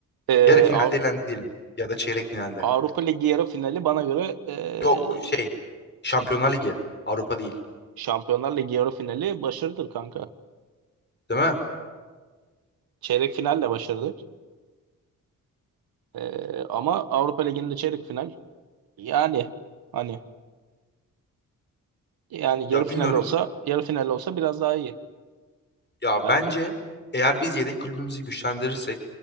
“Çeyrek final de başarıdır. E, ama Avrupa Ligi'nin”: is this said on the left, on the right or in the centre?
Right